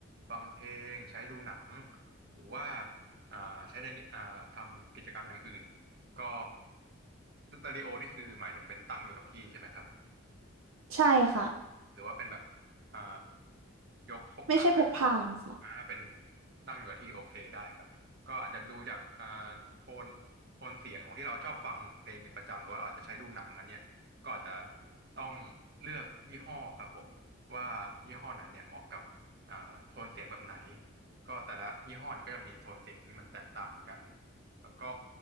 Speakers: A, on the right; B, on the right.
A: ฟังเพลงใช้ดูหนังหรือว่าอ่าใช้ในอ่าทำกิจกรรมอย่างอื่นก็สตูดิโอนี่คือหมายถึงเป็นตั้งอยู่กับที่ใช่ไหมครับ
B: ใช่ค่ะ
A: หรือว่าเป็นแบบอ่ายกพกพาได้
B: ไม่ใช่พกพาค่ะ
A: อ่าเป็นตั้งอยู่กับที่โอเคได้ครับก็อาจจะดูจากอ่าโทนโทนเสียงของที่เราชอบฟังเพลงเป็นประจำหรือว่าเราอาจจะใช้ดูหนังอันเนี้ยก็อาจจะต้องเลือกยี่ห้อครับผมว่ายี่ห้อไหนเนี่ยเหมาะกับอ่าโทนเสียงแบบไหนก็แต่ละยี่ห้อเนี่ยก็จะมีโทนเสียงที่มันแตกต่างกัน แล้วก็